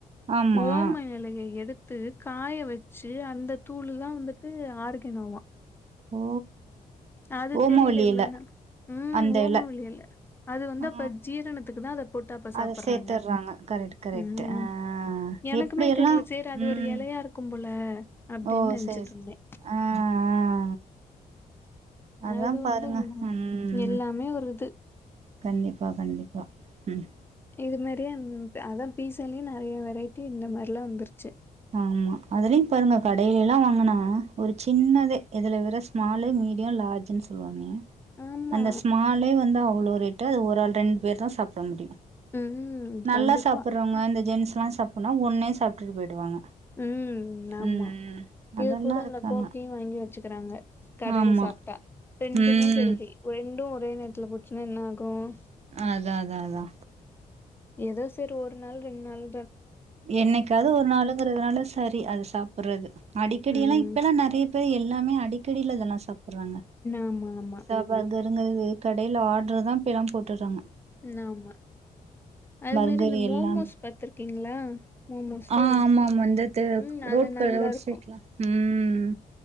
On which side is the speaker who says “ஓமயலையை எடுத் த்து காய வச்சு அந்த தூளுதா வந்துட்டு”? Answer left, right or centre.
Left